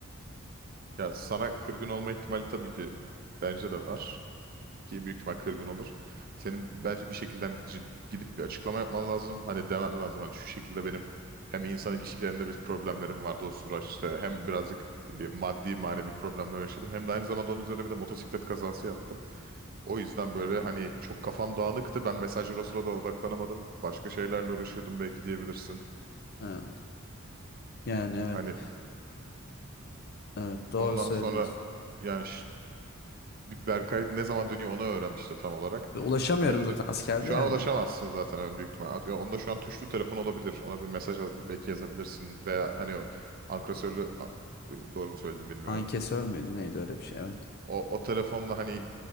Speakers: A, on the right; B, on the left.
A: ya sana kırgın olma ihtimali tabii ki bence de var ki büyük ihtimal kırgın olur. Senin bence bir şekilde hani cid- gidip bir açıklama yapman lazım. Hani demen lazım hani şu şekilde benim hem insan ilişkilerinde bir problemlerim vardı o süreçte hem birazcık e, maddi manevi problemler yaşadım hem de aynı zamanda onun üzerine bir de motosiklet kazası yaptım. O yüzden böyle hani çok kafam dağınıktı. Ben mesajlara o sırada odaklanamadım. Başka şeylerle uğraşıyordum belki diyebilirsin.
B: Evet. Yani evet.
A: Hani
B: Evet doğru
A: ondan
B: söylüyorsun.
A: sonra yani Bir Berkay ne zaman dönüyor onu öğren işte tam olarak.
B: Ve ulaşamıyorum
A: Döndü.
B: zaten askerde
A: Şu
B: yani.
A: an ulaşamazsın zaten öyle büyük ihtimal. At- Onda şu an tuşlu telefon olabilir. Ona bir mesaj al- belki yazabilirsin. Veya hani o ankesörlü a- e, doğru mu söyledim bilmiyorum.
B: Ay kesör müydü neydi öyle bir şey evet.
A: O, o telefonla hani